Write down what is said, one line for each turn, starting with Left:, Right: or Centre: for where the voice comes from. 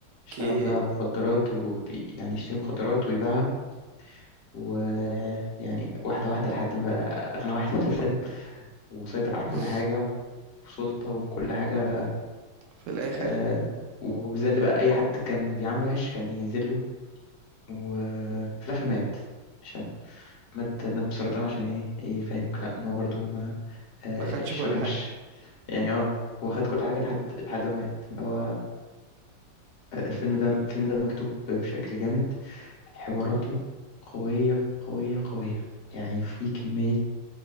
Right: الكي
Left: اشتغل بقى مخدرات ويعني يشتري مخدرات ويبيعها ويعني واحدة واحدة لحد ما بقى أغنى واحد في الفيلم وسيطر على كل
Right: <laughs>
Left: حاجة وسلطة وكل حاجة
Right: في الاخر
Left: آه وذل بقى أي حد كان بيعامله وحش كان يذله وفي الآخر مات عشان مات مات بسرطان عشان إيه يفهموك لأ إن هو برضه ما آه
Right: ما خدش
Left: الشر
Right: كل
Left: مش
Right: حاجه
Left: يعني آه هو خد كل حاجة لحد لحد ما مات فهو آه، الفيلم ده الفيلم ده مكتوب بشكل جامد حواراته قوية قوية قوية يعني في كمية